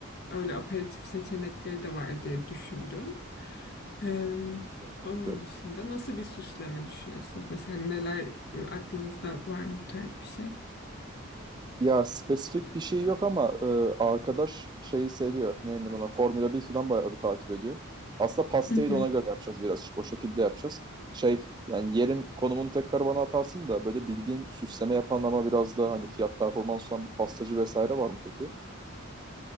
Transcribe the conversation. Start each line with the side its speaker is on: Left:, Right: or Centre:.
Left: öyle aperatif seçenekleri de var diye düşündüm. Eee,
Right: Hmm, güzel.
Left: onun
Right: Güzel.
Left: dışında nasıl bir süsleme düşünüyorsunuz? Mesela neler e, aklınızda var mı bu tarz bir şey?
Right: Ya spesifik bir şey yok ama e, arkadaş şeyi seviyor. Ne denir ona? Formula bir falan bayağı bir takip ediyor. Aslında pastayı
Left: <laughs>
Right: da ona göre yapacağız birazcık. O şekilde yapacağız. Şey yani yerin konumunu tekrar bana atarsın da böyle bildiğin süsleme yapan ama biraz daha hani fiyat performans olan bir pastacı vesaire var mı peki?